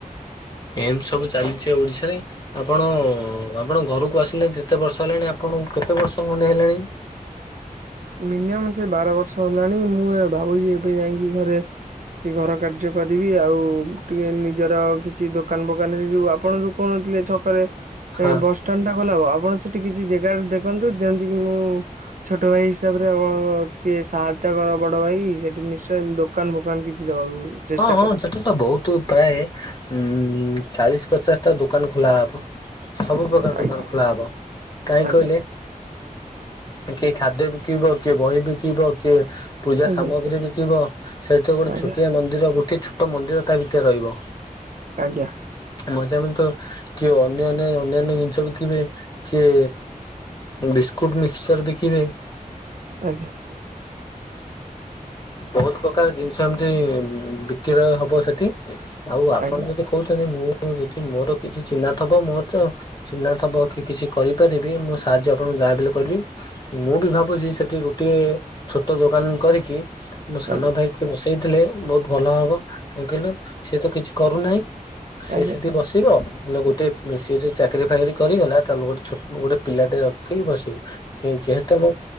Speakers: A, on the left (about 30°); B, on the right (about 65°).
A: ଏମ ସବୁ ଚାଲିଛି ଓଡିଶାରେ, ଆପଣ ଆପଣ ଘରକୁ ଆସିଲେ ଯେତେ ବର୍ଷ ହେଲାଣି ଆପଣ କେତେ ବର୍ଷ ଖଣ୍ଡେ ହେଲାଣି?
B: ମିନିମମ୍ ସେ ବାର ବର୍ଷ ହେଲାଣି ମୁଁ ଏ ଭାବୁଛି ଏବେ ଯାଇକି ଘରେ ସେ ଘର କାର୍ଯ୍ୟ କରିବି ଆଉ ଟିକେ ନିଜର କିଛି ଦୋକାନ ଫୋକାନରେ ସେ ଯଉ ଆପଣ ଯଉ କହୁନାହାନ୍ତି ଛକରେ
A: ହଁ
B: ବସଷ୍ଟାଣ୍ଡ ଟା ଖୋଲା ହବ ଆପଣ ସେଠି କିଛି ଜାଗାରେ ଦେ ଦେଖନ୍ତୁ ଯେମିତି କି ମୁଁ ଛୋଟ ଭାଇ ହିସାବରେ ଆପଣଙ୍କ ଟିକେ ସହାୟତା କର ବଡ ଭାଇ ସେଠିକି ନିଶ୍ଚୟ ଦୋକାନ ଫୋକାନ କିଛି ଦବାକୁ ଚେଷ୍ଟା
A: ହଁ ହଁ
B: କରିବି
A: ସେଠା ତ ବହୁତ ପ୍ରାୟ ଉଁ ଚାଳିଶ ପଚାଶ ଟା ଦୋକାନ ଖୋଲା ହବ। ସବୁ ପ୍ରକାର
B: ଆଜ୍ଞା
A: ଦୋକାନ ଖୋଲା ହବ କାହିଁ
B: ଆଜ୍ଞା
A: କହିଲେ। କିଏ ଖାଦ୍ୟ ବିକିବ କିଏ ବହି ବିକିବ କିଏ ପୂଜା
B: ଆଜ୍ଞା
A: ସାମଗ୍ରୀ ବି ଥିବ ସେହିତ ଗୋଟେ
B: ଆଜ୍ଞା
A: ଛୋଟିଆ ମନ୍ଦିର ଗୋଟେ ଛୋଟ ମ ମନ୍ଦିର ତା ଭିତରେ ରହିବ,
B: ଆଜ୍ଞା।
A: ମଜାମ ତ କି ଅନ୍ୟନ୍ୟ ଅନ୍ୟାନ୍ୟ ଜିନିଷ ବଖିବେ କିଏ ବିସ୍କୁଟ ମିକ୍ସଚର ବିକିବେ।
B: ଆଜ୍ଞା।
A: ବହୁତ ପ୍ରକାର ଜିନିଷ ଏମିତି ବିକ୍ରୟ ହବ ସେଠି। ଆଉ ଆପଣ
B: ଆଜ୍ଞା
A: ଯଦି କହୁଛନ୍ତି ମୁଁ ମୁଁ ଯଦି ମୋର କିଛି ଚିହ୍ନା ଥବ ମୋର ତ ଚିହ୍ନା ଥବ କି କିଛି କରିପାରିବି। ମୁଁ ସାହାଯ୍ୟ ଆପଣଙ୍କୁ ଯାହାବି ହେଲେ କରିବି ମୁଁ ବି ଭାବୁଚି ସେଠି ଗୋଟିଏ ଛୋଟ ଦୋକାନ କରି କି ମୋ ସାନ
B: ଆଜ୍ଞା
A: ଭାଇ କି ବସେଇଥିଲେ ବହୁତ ଭଲ ହବ। କାହିଁକି କହିଲ ସିଏ ତ କିଛି କରୁନାହିଁ ସିଏ
B: ଆଜ୍ଞା ଆଜ୍ଞା
A: ସେଠି ବସିବ ମୁଁ ଗୋଟେ ଉଁ, ସିଏ ଯୋଉ ଚାକିରି ଫାକିରି କରିଗଲା ତାହେଲେ ଗୋଟେ ଛୋ ଗୋଟେ ପିଲାଟେ ରଖିକି ବସିବି। ମୁଁ ଯେହେତୁ ଆମ